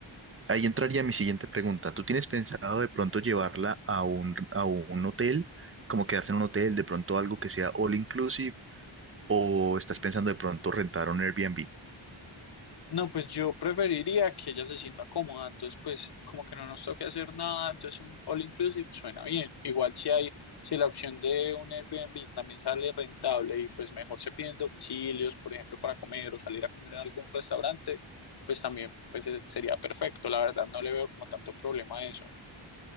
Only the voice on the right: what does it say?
ahí entraría mi siguiente pregunta. ¿Tú tienes pensado de pronto llevarla a un, a un hotel, como quedarse en un hotel, de pronto algo que sea all inclusive, o estás pensando de pronto rentar un Airbnb?